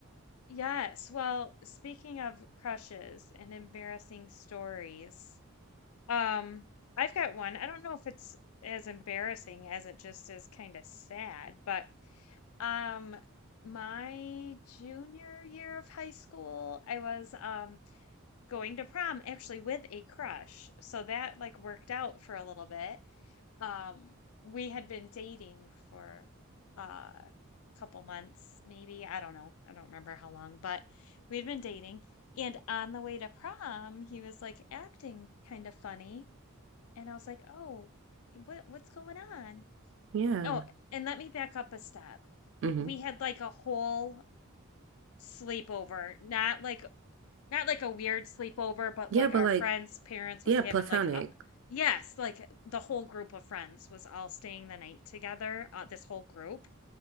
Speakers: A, on the left; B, on the right.
A: Yes. Well, speaking of crushes and embarrassing stories, Um, I've got one. I don't know if it's as embarrassing as it just is kind of sad, but um my junior year of high school, I was um going to prom actually with a crush. So that like worked out for a little bit. Um we had been dating for uh couple months maybe. I don't know. I don't remember how long, but we had been dating and on the way to prom, he was like acting kind of funny and I was like, "Oh, what what's going on?"
B: Yeah.
A: Oh, and let me back up a step.
B: hmm
A: We had like a whole sleepover, not like not like a weird sleepover, but
B: Yeah,
A: like
B: but
A: our
B: like,
A: friends' parents
B: yeah,
A: was having
B: platonic.
A: like a, yes, like the whole group of friends was all staying the night together, uh, this whole group.